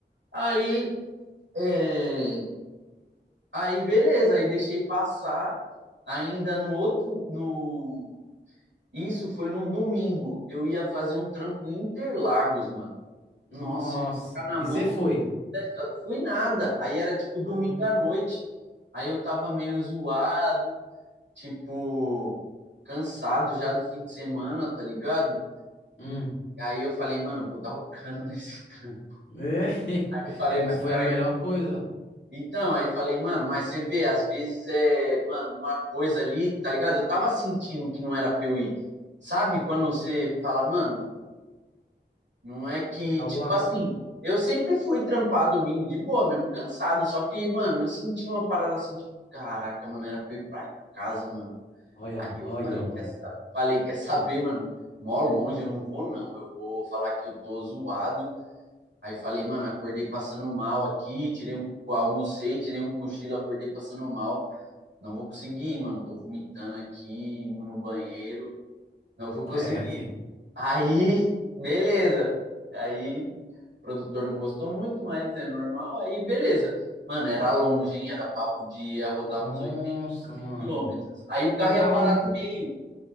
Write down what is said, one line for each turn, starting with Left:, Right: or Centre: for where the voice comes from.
Right: aí, é, aí beleza, aí deixei passar. Ainda no outro, no isso foi num domingo. Eu ia fazer um trampo em Interlagos, mano.
Left: Nossa.
Right: Nossa, eu ia ficar na
Left: E
Right: mão
Left: você foi?
Right: da estrada. Fui nada. Aí era tipo domingo
Left: Ah,
Right: à noite. Aí eu tava meio zoado, tipo, cansado já do fim de semana, tá ligado?
Left: hum.
Right: Aí eu falei, mano, eu vou dar o cano <laughs> nesse trampo.
Left: É, <laughs>
Right: Aí eu falei
Left: é, mas
Right: pros
Left: foi
Right: caras.
Left: a melhor coisa.
Right: Então, aí falei, mano, mas você vê, às vezes é, mano, uma coisa ali, tá ligado? Eu tava sentindo que não era pra eu ir. Sabe quando você fala, mano, Não é que,
Left: Tem alguma.
Right: tipo assim, eu sempre fui trampar domingo de boa, mesmo cansado. Só que, mano, eu senti uma parada assim, tipo, caraca, mano, era pra ir pra casa, mano.
Left: Olha,
Right: Aí
Left: olha,
Right: eu falei,
Left: mano.
Right: quer, sa- falei, quer saber, mano? Mó longe, eu não vou, não. Eu vou falar que eu tô zoado. Aí falei, mano, acordei passando mal aqui, tirei um, almocei, tirei um cochilo, acordei passando mal. Não vou conseguir, ir, mano. Tô vomitando aqui, no banheiro. Não vou conseguir.
Left: É, fi.
Right: Aí, beleza. Aí o produtor não gostou muito, mas é normal. Aí, beleza. Mano, era longe, hein? Era papo de ia rodar
Left: Nossa,
Right: uns oito
Left: mano.
Right: quilômetros. Aí o carro
Left: O carro.
Right: ia parar no meio,